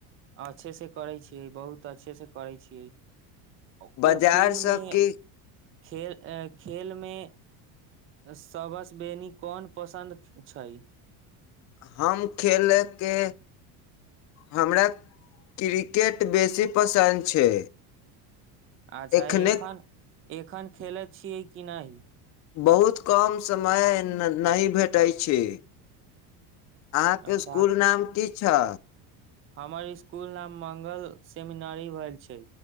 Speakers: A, on the right; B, on the left.
A: अच्छे से करै छियै बहुत अच्छेसँ करै छियै। ओ
B: बाजारसँ
A: खेलमे।
B: कि
A: खेल खेलमे सबस बेनीी कोन पसन्द छै।
B: हम खेलके हमरा क्रिकेट बेसी पसन्द छै।
A: अच्छा
B: एखने
A: एखन। एखन खेल छियै कि नहि नहि।
B: बहुत कम समय नहि भेटैत छै। अहाँके
A: अच्छा
B: स्कुल नाम की। अचछा।
A: हमर इसकुल नाम मङ्गल सेमिनरी भेल छै।